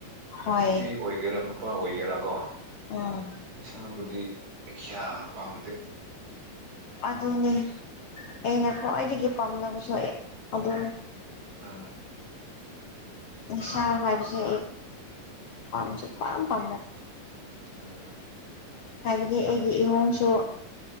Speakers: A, on the left; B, on the right.
A: ꯍꯣꯏ
B: ꯅꯨꯄꯤ ꯑꯣꯏꯒꯦꯔꯥ ꯅꯨꯄꯥ ꯑꯣꯏꯒꯦꯔꯥꯀꯣ
A: ꯎꯝ
B: ꯅꯤꯁꯥꯕꯨꯗꯤ ꯑꯌꯥ ꯄꯥꯝꯗꯦ
A: ꯑꯗꯨꯅꯤ ꯑꯩꯅ ꯈ꯭ꯋꯥꯏꯗꯒꯤ ꯄꯥꯝꯅꯕꯁꯨ ꯑꯩ ꯑꯗꯨꯅꯤ
B: ꯍ
A: ꯁꯥ ꯐꯕꯤꯁꯦ ꯄꯨꯄꯥ ꯄ
B: ꯎꯝ
A: ꯍꯥꯏꯕꯗꯤ ꯑꯩꯒꯤ ꯏꯍꯣꯡꯁꯨ